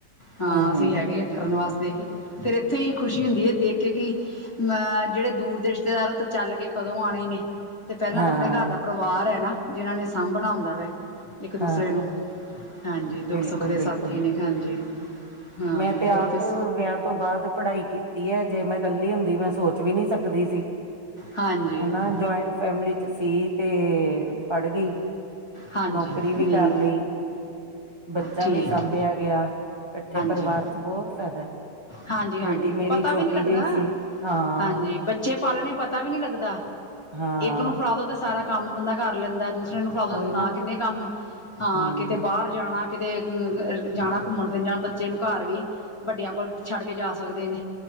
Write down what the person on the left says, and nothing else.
ਹਾਂ
ਅਸੀਂ ਹੈਗੇ ਹ ਕਰਨ ਵਾਸਤੇ ਅਤੇ ਫਿਰ ਇੱਥੇ ਹੀ ਖੁਸ਼ੀ ਹੁੰਦੀ ਹੈ, ਦੇਖ ਕੇ ਕਿ ਮ ਜਿਹੜੇ ਦੂਰ ਦੇ ਰਿਸ਼ਤੇਦਾਰ ਉਹ ਤੋਂ ਚੱਲ ਕੇ ਕਦੋਂ ਆਉਣੇ ਨੇ ਤੇ ਪਹਿਲਾਂ
ਤਾਂ ਆਪਣੇ ਘਰ ਦਾ ਪਰਿਵਾਰ ਹੈ ਨਾ ਜਿਨਾਂ ਨੇ ਸਾਂਭਣਾ ਹੁੰਂਦਾ ਵੇ ਇੱਕ ਦੂਸਰੇ
ਨੂੰ ਹਾਂਜੀ ਦੁੱਖ
ਸੁੱਖ ਦੇ
ਸਾਥੀ ਨੇ ਹਾਂਜੀ ਹਾਂ
ਹੋਰ
ਤੁਸ
ਹਾਂਜੀ
ਹਾਂਜੀ
ਨਹੀਂ
ਠੀਕ
ਹਾਂਜੀ,
ਹਾਂਜੀ
ਪਤਾ
ਵੀ ਨੀ ਲੱਗਦਾ
ਹਾਂਜੀ ਬੱਚੇ ਪਾਲਣੇ ਪਤਾ ਵੀ ਨੀ ਲੱਗਦਾ
ਇੱਕ ਨੂੰ ਫੜਾ ਦੋ ਤੇ ਸਾਰਾ ਕੰਮ ਬੰਦਾ ਕਰ ਲੈਂਦਾ ਦੂਸ ਮੈਨੂੰ ਫੜਾ ਦੋ
ਜੀ। ਤਾਂ
ਕਿੰਨੇ ਕੰਮ ਹਾਂ
ਕਿਤੇ ਬਾਹਰ ਜਾਣਾ ਕਿਤੇ ਅ ਜਾਣਾ ਘੁੰਮਣ ਫਿਰਨ ਜਾ ਬੱਚੇ ਨੂੰ ਘਰ ਵੀ ਵੱਡਿਆਂ ਕੋਲ ਛੱਡ ਕੇ ਜਾ ਸਕਦੇ ਨੇ